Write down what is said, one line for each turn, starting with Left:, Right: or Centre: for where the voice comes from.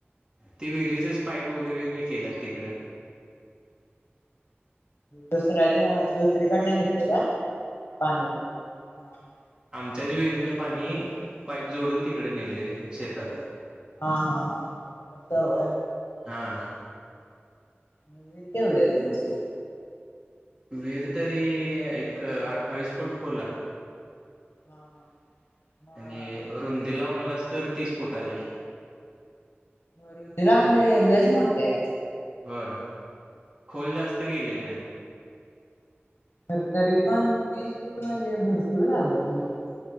Right: ते विहिरीचच पाईप वगैरे केलंत तिकडं
Left: दुसऱ्याच्या दुसरीकडन घेतले का पाणी ह ह.
Right: त्याच्याच विहिरीतलं पाणी पाईप जोडून तिकडे नेले रे शेतात.
Left: हा हा अत वय.
Right: हां
Left: म वीर केवडीय तुमची?
Right: विर तरी एक अठ्ठावीस फूट खोल हाय.
Left: हा हा. मग
Right: आणि रुंदीला म्हणलास तर तीस फुटाचे
Left: रुंदीला म्हणजे लयच मोठीये.
Right: होय खोल जास्त गेलेले नाही.
Left: तर तरी पण तीस फूट म्हणजे भरपूर झालय मोठं.